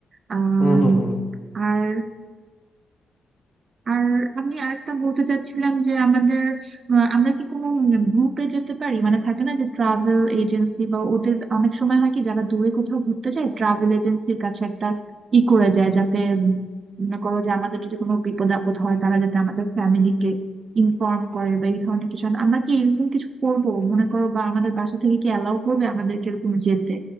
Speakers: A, on the right; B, on the left.
A: আহ
B: হুম হুম হুম
A: আর আর আমি আরেকটা বলতে চাচ্ছিলাম যে আমাদের আহ, আমরা কি কোনো গ্রুপে যেতে পারি মানে থাকে না যে ট্রাভেল এজেন্সি বা ওদের অনেক সময় হয় কি যারা দূরে কোথাও ঘুরতে যায় ট্রাভেল এজেন্সির কাছে একটা ই করে যায় যাতে উম, মনে করো যে আমাদের যদি কোনো বিপদ আপদ হয় তারা যাতে আমাদের ফ্যামিলিকে ইনফর্ম করে বা এই ধরনের কিছু আমরা কি এরকম কিছু করব মনে করো বা আমাদের বাসা থেকে কি অ্যালাউ করবে আমাদেরকে এরকম যেতে